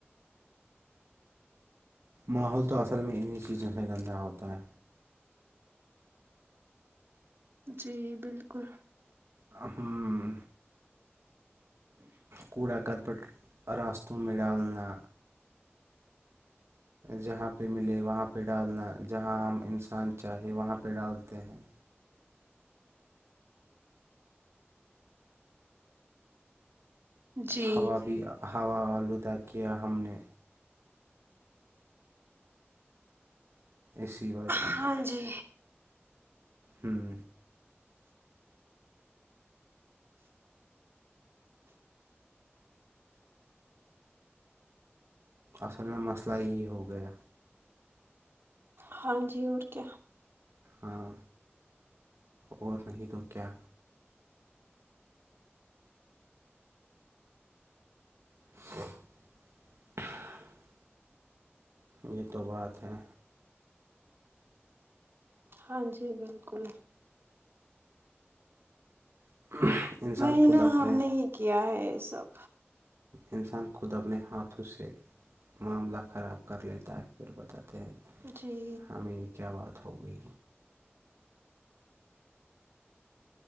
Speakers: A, on the right (about 80°); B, on the right (about 60°).
A: ماحول تو اصل میں انہیں چیزوں سے گندہ ہوتا ہے
B: جی بالکل
A: ہاں کوڑا کرپٹ راستوں میں ڈالنا جہاں پہ ملے وہاں پہ ڈالنا جہاں ہم انسان چاہے وہاں پہ ڈالتے ہیں
B: جی
A: ہوا بھی ہوا آلودہ کیا ہم نے اسی وجہ
B: ہاں
A: سے
B: جی
A: ہوں اصل میں مسئلہ یہی ہو گیا
B: ہاں جی اور کیا
A: ہاں اور نہیں تو کیا <inaudible> یہ تو بات ہے
B: ہاں جی بالکل
A: <inaudible>
B: وا ہی
A: خود
B: ہے نا
A: اپنے
B: ہم نے ہی کیا ہے یہ سب
A: انسان خود اپنے ہاتھوں سے معاملہ خراب کر لیتا ہے پھر بتاتے ہیں
B: جی
A: ہمیں کیا بات ہوگئی